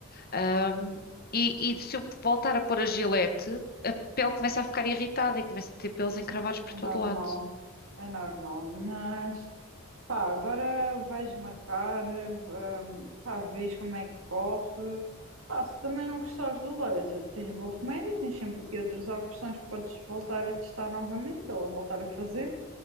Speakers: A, on the left (about 45°); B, on the right (about 85°).
A: Ahm, e, e se eu voltar a pôr a gilete, a pele começa a ficar irritada e começa a ter pelos encravados por
B: É normal.
A: todo lado.
B: É normal. Mas, pá, agora vais marcar, hum, pá, vês como é que corre. Pá, se também não gostares do laser, tens bom remédio, tens sempre aqui outras opções que podes voltar a testar novamente ou a voltar a fazer.